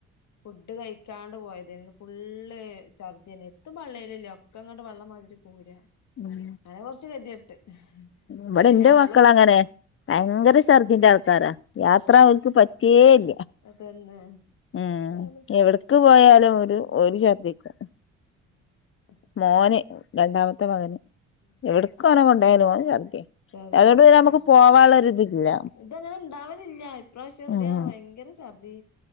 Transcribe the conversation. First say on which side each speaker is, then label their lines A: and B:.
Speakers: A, on the left (about 70°); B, on the left (about 45°).
A: ഫുഡ് കഴിക്കാണ്ട് പോയതാണ് ഫുള്ള്ചർദി ന്നെ എത്തും പള്ളേല്ലല്ല ഒക്കെ അങ്ങോട്ട് വള്ളം മാതിരി പൂരാ
B: ഉം
A: അങ്ങനെ കുറച്ച് ഗതികെട്ട്
B: ഇവിടെന്റെ
A: പിന്നെ ഞങ്ങളും
B: മക്കളങ്ങനെയ. ഭയങ്കര ഛർദിന്റെ ആൾ ക്കാരാ യാത്ര
A: അതെ
B: അവൾക്ക് പറ്റുകേയില്ല.
A: അതന്നെ
B: ഉം
A: ഏതായാലും
B: എവിടെ ക്ക് പോയാലും ഓരു ഓരു ച്ചർ ദ്ധിക്കും.
A: ഉം
B: മോന് രണ്ടാമത്തെ മകന്
A: ഉം
B: എവിടെ ക്ക് ഒനെകൊണ്ടായാലും ഓന് ചർദിയ
A: ഛർദിയായിരിക്കും
B: അതുകൊണ്ട് നമുക്ക് പോവാള്ളരി തില്ല
A: ഇതങ്ങനെ ഉണ്ടാവലില്ല ഇപ്രാവശ്യം എന്ത്യാ
B: ഉം
A: ഭയങ്കര ഛർദി